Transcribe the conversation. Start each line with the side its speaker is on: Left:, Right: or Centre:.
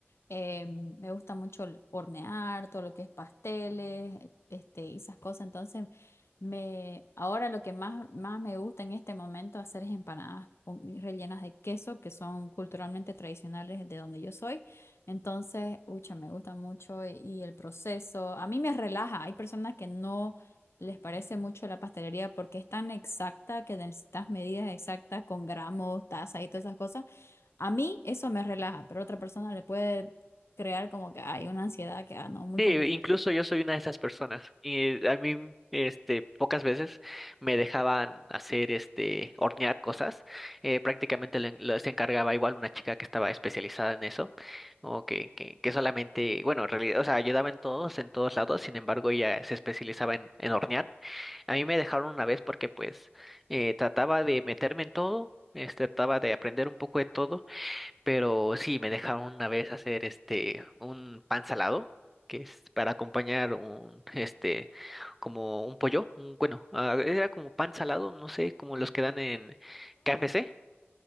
Left: Eh, me gusta mucho el hornear, todo lo que es pasteles, e, este, y esas cosas. Entonces, me, ahora lo que más, más me gusta en este momento hacer es empanadas con- rellenas de queso, que son culturalmente tradicionales de donde yo soy. Entonces, ucha, me gusta mucho y, y el proceso. A mí me relaja. Hay personas que no les parece mucho la pastelería porque es tan exacta que necesitas medidas exactas con gramos, taza y todas esas cosas. A mí eso me relaja, pero a otra persona le puede crear como que hay una ansiedad que, ah, no, muy
Centre: Sí,
Left: complicada.
Centre: incluso yo soy una de esas personas y a mí, este, pocas veces me dejaban hacer, este, hornear cosas. Eh, prácticamente lo- lo- se encargaba igual una chica que estaba especializada en eso o que, que, que solamente, bueno, en realidad, o sea, ayudaba en todos, en todos lados. Sin embargo, ella se especializaba en, en hornear. A mí me dejaron una vez porque, pues, eh, trataba de meterme en todo. este, trataba de aprender un poco de todo pero sí, me dejaron una vez hacer este un pan salado, que es para acompañar un este como un pollo, un- bueno, ah, era como pan salado, no sé, como los que dan en KFC,